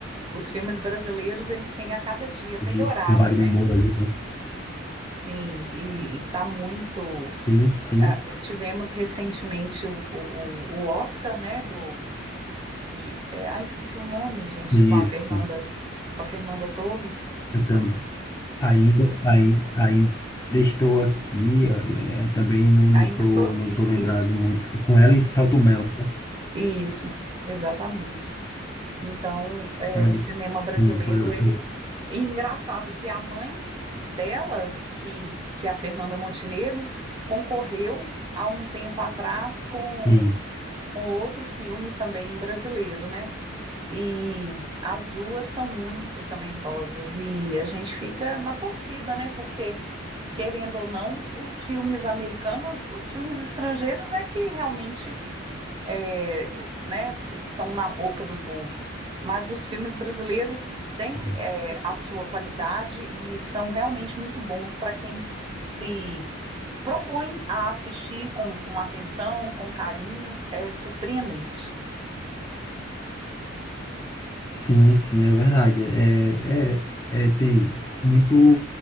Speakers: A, on the right; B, on the left.
A: os filmes brasileiros, eles têm a cada dia melhorado,
B: E o Wagner
A: né?
B: Moura ali, né?
A: Sim, e, e tá muito.
B: Sim, sim.
A: ah, Tivemos recentemente o, o, o Oscar, né? Do que, é, ah, esqueci o nome, gente,
B: Isso.
A: com a Fernanda, com a Fernanda Torres.
B: Eu tam- ainda, ai- ainda estou aqui. eh, eh, também não, não
A: Ainda
B: tô,
A: estou aqui,
B: não tô lembrado
A: isso,
B: muito. É com ela e o Selton Mello. tá?
A: isso, exatamente. Então, é,
B: É,
A: o cinema brasileiro,
B: sim, foi eu.
A: ele.
B: eu-
A: E engraçado que a mãe dela, que, que é a Fernanda Montenegro, concorreu há um tempo atrás com
B: Sim.
A: com outro filme também brasileiro, né? E as duas são muito talentosas e a gente fica na torcida, né? Porque, querendo ou não, os filmes americanos, os filmes estrangeiros é que realmente é, né, estão na boca do povo. Mas os filmes brasileiros
B: Sim,
A: têm é, a sua qualidade e são realmente muito bons para quem se propõe a assistir com, com atenção, com carinho. É surpreendente.
B: sim, sim, é verdade. É, é, é, tem muito.